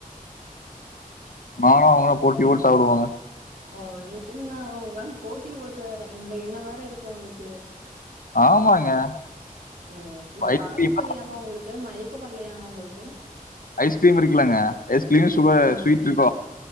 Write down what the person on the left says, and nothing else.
நானும் அவங்களா போட்டி போட்டு சாப்டுவோங்க
ஆமாங்க
ஐஸ்கிரீம்
ஐஸ்கிரீம் இருக்குலங்க ஐஸ்கிரீம் சுகர்
ஸ்வீட்ருக்கு